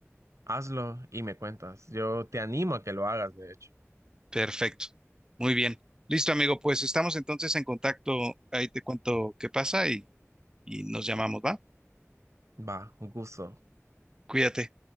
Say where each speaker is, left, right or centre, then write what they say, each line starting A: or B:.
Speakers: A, on the right (about 80°); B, on the right (about 15°).
A: Hazlo y me cuentas. Yo te animo a que lo hagas, de hecho.
B: Perfecto. Muy bien. Listo, amigo. Pues estamos entonces en contacto. Ahí te cuento qué pasa y, y nos llamamos, ¿va?
A: Va, un gusto.
B: Cuídate.